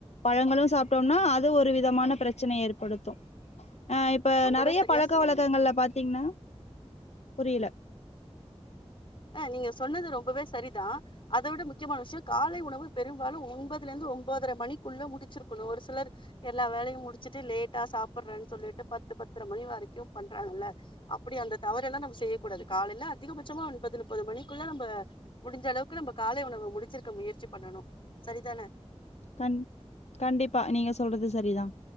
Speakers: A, on the left (about 80°); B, on the left (about 50°).
A: பழங்களும் சாப்பட்டோம்னா அது ஒரு விதமான பிரச்சனை ஏற்படுத்தும் இப்ப
B: ரொம்பவே
A: நிறைய
B: சரியா
A: பழக்க
B: சொன்னீங்க
A: வழக்கங்கள்ல பாத்தீங்கன்னா புரியல
B: ஹ நீங்க சொன்னது ரொம்பவே சரிதான் அத விட முக்கியமான விஷயம் காலை உணவு பெரும்பாலும் ஒன்பதுல இருந்து ஒன்பதரை மணிக்குள்ள முடிச்சிருக்கணும் ஒரு சிலர் எல்லா வேலயும் முடிச்சுட்டு லேட்டா சாப்படுறேன்னு சொல்லிட்டு பத்து பத்தரை மணி வரைக்கும் பண்றாங்கல்ல அப்டி அந்த தவறு எல்லாம் நம்ம செய்யக்கூடாது காலையில அதிகபட்சமா ஒன்பது ஒன்பது மணிக்குள்ள நம்ம முடிஞ்ச அளவுக்கு நம்ம காலை உணவு முடிச்சிருக்க முயற்சி பண்ணணும் சரிதானே
A: கண் கண்டிப்பா நீங்க சொல்றது சரிதான்